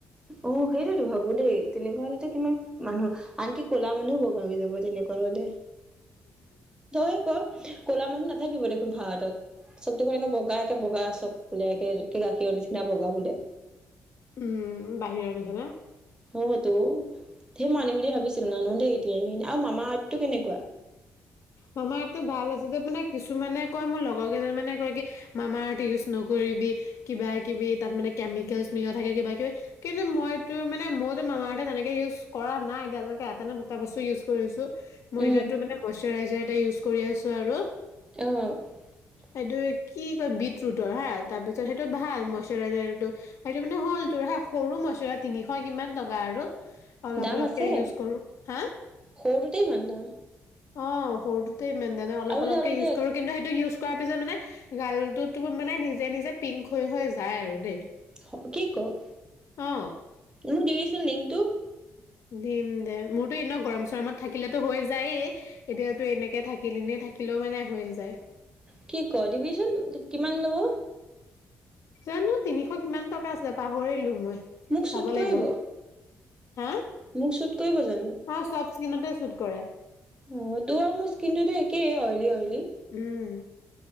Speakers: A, on the right (about 15°); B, on the left (about 65°).
A: অ', সেইটোৱেতো ভাবো দেই! তেনেকুৱা হ'লেটো কিমান মানুহ, আনকি ক'লা মানুহো বগা হৈ যাব তেনেকুৱা হ'লে। <unintelligible> ক ক'লা মানুহ নাথাকিবই দেখোন ভাৰতত। চব দেখোন একে বগা, একে বগা চব বোলে একে গাখীৰৰ নিচিনা বগা বোলে।
B: উম, বাহিৰৰ নিচিনা।
A: অ' তো ধেই মই আনিম বুলি ভাবিছিলোঁ নানো দেই এতিয়াই <unintelligible> আৰু মামা আৰ্থটো কেনেকুৱা?
B: মামা আৰ্থটো ভাল আছে যে মানে কিছুমানে কয় মোৰ লগৰ কেইজন মানে কয় কি মামা আৰ্থটো ইউজ নকৰিবি। কিবা-কিবি তাত মানে কেমিকেলচ মিলোৱা থাকে কিবা-কিবি। কিন্তু মইতো মানে মইতো মামা অৰ্থটো তেনেকে ইউজ কৰা নাই দে আজিলৈকে এটা নে দুটা বস্তু ইউজ কৰিছোঁ। ময়দাতো
A: উম
B: মানে <unintelligible> এটা ইউজ কৰি আছোঁ আৰু।
A: অ'।
B: এইটো কি কয় বিটৰৰুটৰ হা! তাৰপিছত সেইটো ভাল মইশ্চাৰাইজাৰটো। সেইটো মানে হ'লটোৰ হা! সৰু মইশ্চাৰ <unintelligible> তিনিশ কিমান টকা আৰু। অলপ
A: দাম
B: অলপকে
A: আছে!
B: ইউজ কৰো হা
A: সৰুটোতে ইমান দাম।
B: অ', সৰুটো তে ইমান দাম <unintelligible> অলপ-অলপকে
A: আৰু যে আৰু
B: ইউজ
A: যে
B: কৰোঁ, কিন্তু সেইটো ইউজ কৰাৰ পিছত মানে! গালটোতো মানে নিজে-নিজে পিংক হৈ-হৈ যায় আৰু দেই।
A: <unintelligible> কি ক'?
B: অ
A: মোক দিবিচোন লিংকটো।
B: দিম দে! মোৰতো এনেও গৰম-চৰমত থাকিলেতো হৈ যায়েই। এতিয়াতো এনেকে থাকিলে <unintelligible> নেথাকিলেও মানে হৈয়ে যায়।
A: কি ক'! দিবিচোন কিমান ল'ব?
B: জানো, তিনিশ কিমান টক কা আছিল পাহৰিলো মই
A: মোক
B: চাব
A: চুট কৰিব
B: লাগিব। হা
A: মোক চুট কৰিব জানো?
B: অ চব স্কিনতে চুট কৰে
A: অ', তোৰ আৰু মোৰ স্কিনটোতো একেই অইলী, অইলী।
B: উম,